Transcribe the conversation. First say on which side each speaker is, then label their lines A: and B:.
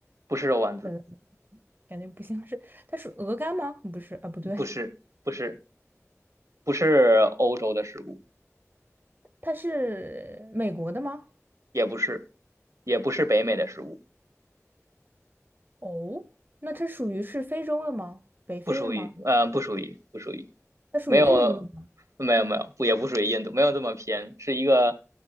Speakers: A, on the right (about 75°); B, on the right (about 40°).
A: 不是肉丸子，
B: 呃，感觉不像是，它是鹅肝吗？不是啊，不对，
A: 不是，不是，不是欧洲的食物，
B: 它是美国的吗？
A: 也不是，也不是北美的食物，
B: 哦，那它属于是非洲的吗？北非的吗？
A: 不属于，呃，不属于，不属于。
B: 它属于印度的吗？
A: 没有，没有没有，不也不属于印度，没有这么偏，是一个